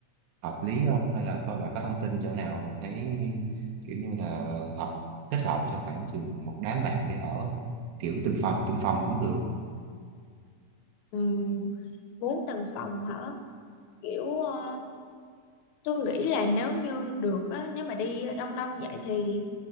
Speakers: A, on the right; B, on the left.
A: hợp lý không hay là coi bà có thông tin chỗ nào mà thấy kiểu như là hợp thích hợp cho khoảng chừng một đám bạn đi ở không? kiểu từng phòng từng phòng cũng được
B: Ừm, bốn tầng phòng hả kiểu ờ, tôi nghĩ là nếu như được á nếu mà đi đông đông vậy thì